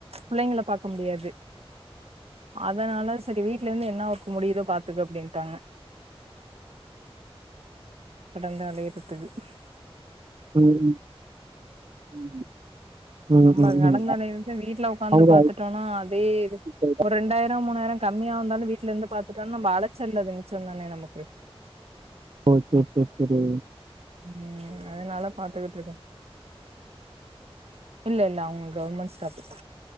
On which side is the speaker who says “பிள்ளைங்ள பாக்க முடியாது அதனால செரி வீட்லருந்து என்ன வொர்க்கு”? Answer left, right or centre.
Right